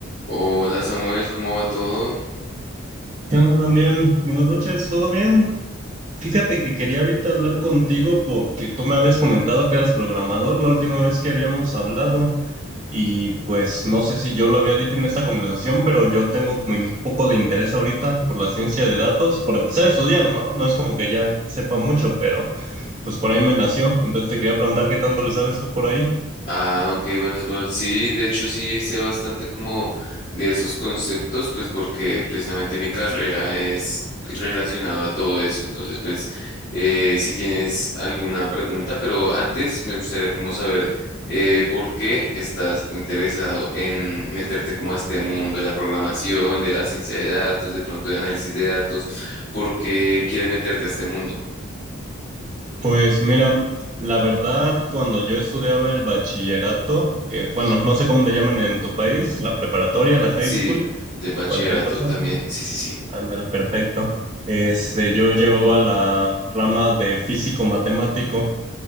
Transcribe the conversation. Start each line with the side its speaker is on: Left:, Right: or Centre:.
Left: Hola Samuel, ¿cómo va todo?
Right: ¿Qué onda, Daniel? Buenas noches, ¿todo bien? Fíjate que quería ahorita hablar contigo porque tú me habías comentado que eras programador la última vez que habíamos hablado y pues no sé si yo lo había dicho en esta conversación, pero yo tengo como un poco de interés ahorita por la ciencia de datos, por empezar a estudiar, ¿no? No es como que ya sepa mucho, pero pues por ahí me nació, entonces te quería preguntar qué tanto le sabes tú por ahí.
Left: Ah, ok, bueno Samuel, sí, de hecho sí sé bastante como de esos conceptos, pues porque precisamente mi carrera es relacionada a todo eso, entonces pues eh, si tienes alguna pregunta, pero antes me gustaría como saber eh, por qué estás interesado en meterte como a este mundo de la programación, de la ciencia de datos, de pronto de análisis de datos, ¿por qué quieres meterte a este mundo?
Right: Pues mira, la verdad, cuando yo estudiaba el bachillerato, que bueno, no sé cómo le llaman en tu país, la preparatoria, la high
Left: Sí,
Right: school,
Left: de bachillerato
Right: cualquier cosa.
Left: también,
Right: Ujú.
Left: sí, sí, sí.
Right: Ándale, perfecto. Este, yo llevaba la rama de físico matemático.